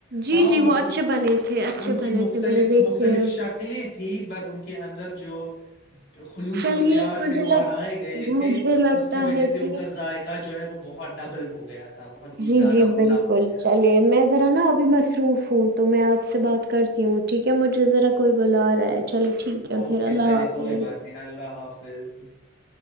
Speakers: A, on the right (about 50°); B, on the left (about 55°).
A: جی
B: ہاں
A: جی
B: ان
A: وہ اچھے
B: کی
A: بنے تھے اچھے
B: ان کی
A: بنے
B: مختلف
A: تھے میں نے دیکھے
B: مختلف
A: ہیں
B: شکلیں تھیں ب ان کی کے اندر جو <unintelligible> خلوص
A: چلیے
B: اور پیار
A: مجھے
B: سے وہ
A: لگ
B: بنائے گئے تھے
A: مجھے لگتا
B: اس کی وجہ
A: ہے
B: سے ان
A: کہ
B: کا ذائقہ جو ہے وہ بہت ڈبل ہو گیا تھا بہت ہی
A: جی
B: زیادہ
A: جی
B: عمدہ
A: بالکل
B: ہو گیا تھا
A: چلیے میں ذرا نا ابھی م <unintelligible> مصروف ہوں تو میں آپ سے بات کرتی ہوں ٹھیک ہے مجھے ذرا کوئی بلا رہا ہے چلو ٹھیک ہے
B: اوکے
A: پھر اللہ
B: چلے
A: حافظ
B: کوئی بات نہیں اللہ حافظ جی <unintelligible>